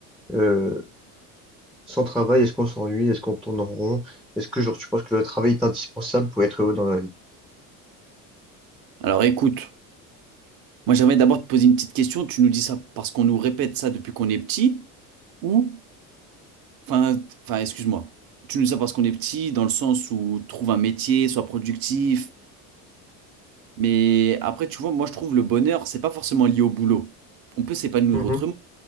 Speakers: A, in the centre; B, on the right.
A: euh, sans travail, est-ce qu'on s'ennuie? Est-ce qu'on tourne en rond? Est-ce que genre tu penses que le travail est indispensable pour être heureux dans la vie?
B: Alors écoute, moi j'aimerais d'abord te poser une petite question. Tu nous dis ça parce qu'on nous répète ça depuis qu'on est petit ou, enfin, t- enfin, excuse-moi, tu nous dis ça parce qu'on est petit dans le sens où trouve un métier, sois productif. Mais après, tu vois, moi je trouve le bonheur, c'est pas forcément lié au boulot. On peut s'épanouir
A: Mhm.
B: autrement,